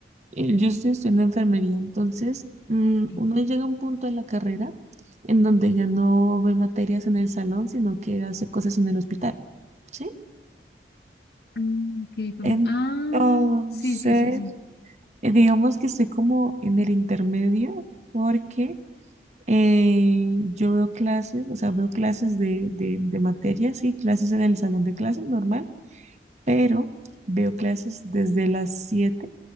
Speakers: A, on the right (about 40°); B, on the left (about 65°).
A: eh, yo estoy estudiando enfermería, entonces mm,
B: Sí.
A: uno llega a un punto de la carrera en donde ya no ve materias en el salón, sino que hace cosas en el hospital, ¿sí?
B: Ah, ok, como-
A: Entonces,
B: ah, sí, sí, sí, sí.
A: eh, digamos que estoy como en el intermedio porque eh, yo veo clases, o sea, veo clases de, de, de materias, sí, clases en el salón de clases normal, pero veo clases desde las 7